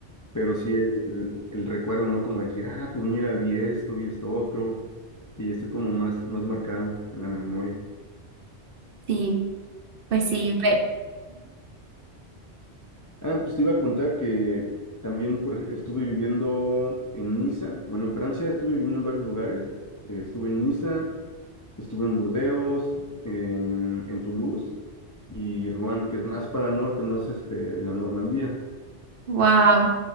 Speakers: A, on the left; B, on the right.
A: pero sí el, el recuerdo, ¿no? Como decir, ah, pues mira, vi esto, vi esto otro, y está como más, más marcado en la memoria.
B: Sí, pues sí, pero...
A: Ah, pues te iba a contar que también por, ej- estuve viviendo en Niza, bueno, en Francia estuve viviendo en varios lugares, eh, estuve en Niza, estuve en Burdeos, en, en Toulouse y Rouen, que es más para el norte, más este, la Normandía.
B: Wow.